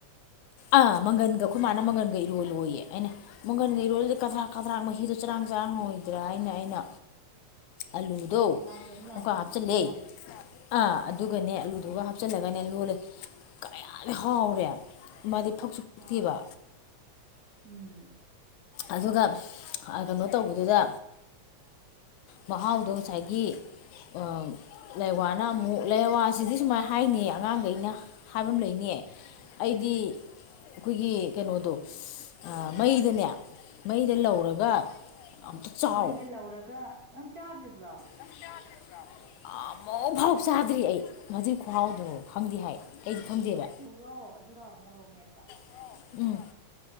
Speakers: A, on the left; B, on the right.
A: ꯑꯥ ꯃꯪꯒꯟꯒ ꯑꯈꯣꯏꯃꯥꯅ ꯃꯪꯒꯟꯒ ꯏꯔꯣꯜꯂꯣꯌꯦ ꯑꯩꯅ ꯃꯪꯒꯟꯒ ꯏꯔꯣꯜꯂꯗꯤ ꯀꯥꯗꯔꯥꯛ ꯀꯥꯗ꯭ꯔꯥꯛ ꯃꯍꯤꯗꯣ ꯆꯔꯥꯡ ꯆꯔꯥꯡꯉꯣꯏꯗ꯭ꯔꯥꯅ ꯍꯥꯏꯅ ꯑꯩꯅ ꯑꯂꯨ ꯗꯣ
B: ꯂꯥꯎꯗꯕꯅꯤ
A: <inaudible>
B: ꯂꯥꯎꯗꯕꯅꯤ
A: ꯍꯥꯞꯆꯤꯜꯂꯦ
B: ꯎꯝ
A: ꯑ
B: ꯎꯝ
A: ꯑꯗꯨꯒꯅꯦ ꯑꯂꯨꯗꯨꯒ ꯍꯥꯞ ꯍꯥꯞꯆꯤꯜꯂꯒꯅꯦ ꯂꯣꯜꯂꯦ ꯀꯌꯥꯗꯤ ꯍꯥꯎꯔꯦ ꯃꯥꯗꯤ ꯐꯛꯁꯨ ꯐꯛꯇꯦꯕ
B: ꯍꯥꯎꯕꯅꯤ ꯎꯝ
A: ꯑꯗꯨꯒ ꯀꯩꯅꯣ ꯇꯧꯕꯗꯨꯗ ꯃꯍꯥꯎꯗꯣ ꯉꯁꯥꯏꯒꯤ ꯑ ꯂꯩꯋꯥꯅ ꯑꯃꯨꯛ ꯂꯩꯋꯥꯁꯤꯗꯤ ꯁꯨꯃꯥꯏꯅ ꯍꯥꯏꯅꯤ ꯑꯉꯥꯡꯒꯩꯅ ꯍꯥꯏꯕ ꯑꯃ ꯂꯩꯅꯦ ꯑꯩꯗꯤ ꯑꯈꯣꯏꯒꯤ ꯀꯩꯅꯣꯗꯣ ꯑ ꯃꯩꯗꯅꯦ ꯃꯩꯗ ꯂꯧꯔꯒ ꯑꯝꯇ ꯆꯥꯎ
B: ꯃꯩꯗ ꯂꯧꯔꯒ ꯅꯪ ꯆꯥꯗ꯭ꯔꯤꯕ꯭ꯔꯣ
A: ꯅꯪ ꯆꯥꯗ꯭ꯔꯤꯕ꯭ꯔꯣ ꯑꯃꯨꯛ ꯐꯧ ꯆꯥꯗ꯭ꯔꯤ ꯑꯩ ꯃꯗꯨꯏ ꯈꯨꯍꯥꯎꯗꯣ ꯈꯪꯗꯦ ꯍꯥꯏ ꯑꯩꯗꯤ ꯈꯪꯗꯦꯕ
B: ꯔꯣ ꯑꯗꯨꯒ ꯃꯣꯔꯣꯛ ꯃꯦꯠꯄ
A: <inaudible> ꯎꯝ